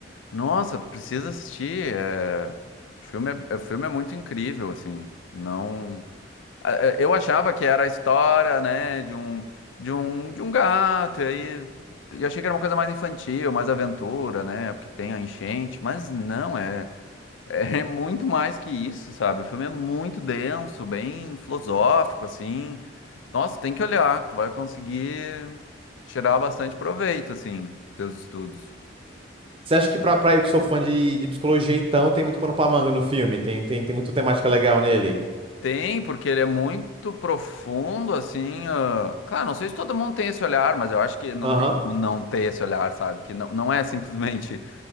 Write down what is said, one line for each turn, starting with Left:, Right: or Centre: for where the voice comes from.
Left: Nossa, tu precisa assistir. É... O filme é, o filme é muito incrível, assim. Não, Ah, é, eu achava que era a história, né, de um de um de um gato. E aí eu achei que era uma coisa mais infantil, mais aventura, né? Porque tem a enchente, mas não é. É muito mais que isso, sabe? O filme é muito denso, bem filosófico, assim. Nossa, tem que olhar, tu vai conseguir tirar bastante proveito, assim, dos teus estudos.
Right: Você acha que pra, pra eu que sou fã de, de psicologia, então, tem muito pano pra manga no filme? Tem, tem, tem muita temática legal nele?
Left: Tem, porque ele é muito profundo, assim. ah, Claro, não sei se todo mundo tem esse olhar, mas eu acho que não
Right: Aham.
Left: tem como não ter esse olhar, sabe? Que não, não é simplesmente